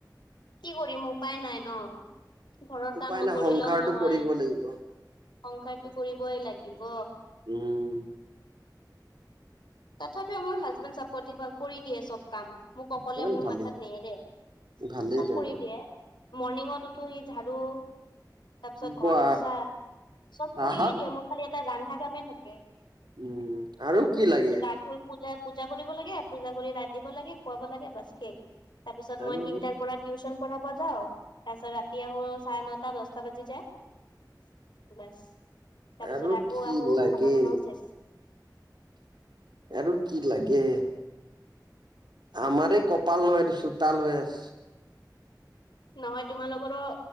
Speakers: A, on the left; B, on the right.
A: কি কৰিম উপায় নাই ন ঘৰত কাম
B: উপায়
A: নকৰিলেও
B: নাই সংসাৰটো
A: নহয়।
B: কৰিব লাগিব
A: সংসাৰতটো কৰিবই লাগিব।
B: উম।
A: তথাপি আমাৰ হাজবেণ্ড চাপৰ্টি কৰি দিয়ে চব। কাম মোক অকলে
B: ইমান
A: মোৰ
B: ভালেই
A: মাথাত নেহেৰে
B: ভালেই
A: চব
B: তেনে
A: কৰি দিয়ে। মৰ্ণিঙত উঠো সি ঝাড়ু তাৰ পিছত
B: বা
A: ঘৰ মচা চব কৰিয়ে
B: আহা
A: দিয়ে। মোৰ খালি এটা ৰন্ধা কামে থাকে।
B: উম আৰু কি লাগে।
A: ধূপ পূজা পূজা কৰিব লাগে। পূজা কৰি ৰান্ধিব লাগে খুৱাব লাগে বছ সেই তাৰ পিছত
B: আৰু
A: মই তিনটাৰ পৰা টিউচন কৰাব যাওঁ। তাৰপিছত ৰাতি আহোঁ চাৰে নটা দহটা বাজি যায়। বাছ। তাৰপিছত
B: আৰু
A: আকৌ
B: কি
A: আহো
B: লাগে
A: খানা বনাও চেছ।
B: আৰু কি লাগে। আমাৰে কপাল নহয় এইটো চোতাল হৈ আছে
A: নহয় তোমালোকৰো